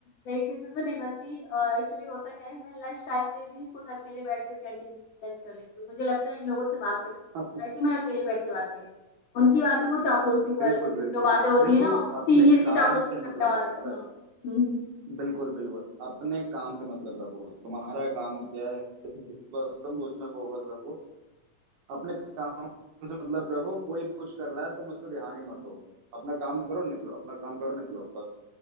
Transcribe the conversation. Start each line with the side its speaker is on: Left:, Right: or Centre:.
Left: मेरी किसी से नहीं बनती एक्चुअली होता क्या है मैं लंच टाइम पे भी खुद अकेले बैठ कर कैंटीन में लंच कर लेती हूँ मुझे लगता है इन लोगों से बात करने से
Right: <laughs>
Left: अच्छा है कि मैं अकेले बैठ के बात कर लूँ उनकी बातें वो चापलूसी वाले
Right: बिल्कुल बिल्कुल
Left: जो बातें होती
Right: देखो
Left: है ना
Right: अपने
Left: सीनियर की
Right: काम
Left: चापलूसी
Right: से
Left: करने
Right: मतलब
Left: वाले
Right: रखो
Left: हम्म
Right: पता है
Left: हम्म, हम्म।
Right: बिल्कुल बिल्कुल अपने काम से मतलब रखो तुम्हारा काम क्या है जो- तुम उसमें फोकस रखो अपने काम से मतलब रखो कोई कुछ कर रहा है तुम उस पर ध्यान ही मत दो अपना काम करो निकलो अपना काम करो निकलो बस